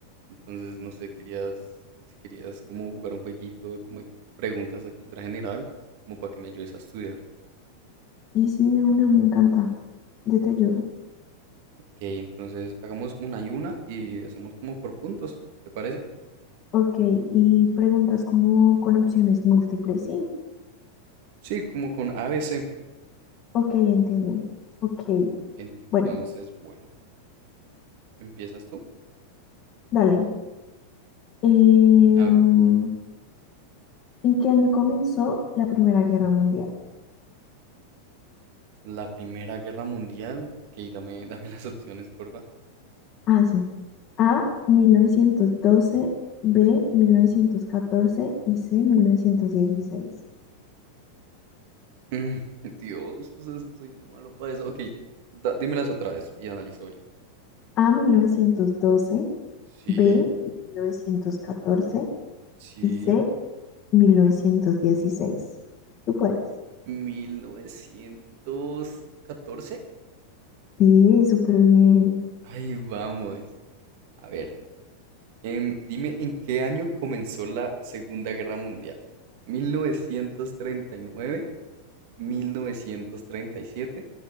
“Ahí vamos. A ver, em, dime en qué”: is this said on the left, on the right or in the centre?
Right